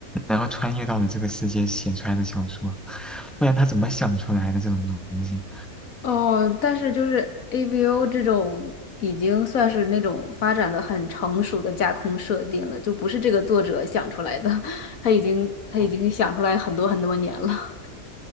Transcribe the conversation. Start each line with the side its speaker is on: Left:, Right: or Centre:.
Centre: 然后穿越到了这个世界写出来的小说？不然他怎么想出来的这种东西？
Left: 哦，但是就是 AVO 这种已经算是那种发展的很成熟的架空设定了，就不是这个作者想出来的，<laughs> 他已经他已经想出来很多很多年了，
Centre: 哦，